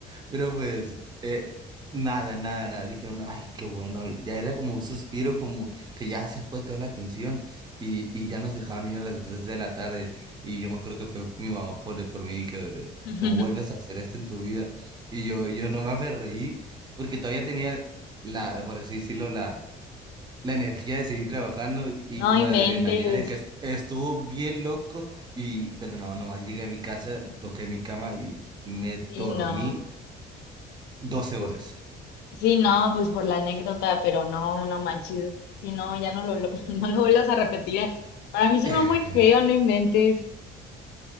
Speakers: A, on the right; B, on the left.
A: pero pues, eh, nada, nada, nada. Dijeron, ay, qué bueno. y Ya era como un suspiro, como que ya se fue toda la atención. Y, y ya nos dejaron ir a las 3 de la tarde. Y yo me acuerdo que fue mi mamá por, por mí y que
B: <laughs>
A: no vuelves a hacer esto en tu vida. Y yo, yo no me aferreí, porque todavía tenía la, por así decirlo, la, la energía de seguir trabajando y, y
B: No
A: como
B: inventes.
A: la adrenalina de que est- estuvo bien loco. Y, pero no, nomás llegué a mi casa, toqué mi cama y me
B: Sí,
A: dormí
B: no.
A: Doce
B: Pues,
A: horas.
B: sí, no, pues por la anécdota, pero no, no manches. Sí, no, ya no lo, lo- <laughs> no lo vuelvas a repetir. eh. Para mí suena
A: <laughs>
B: muy feo, no inventes.